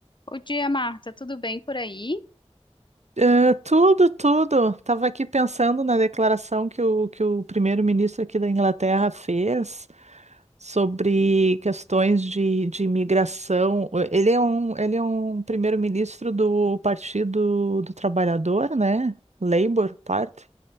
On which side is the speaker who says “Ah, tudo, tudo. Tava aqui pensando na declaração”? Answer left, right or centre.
Right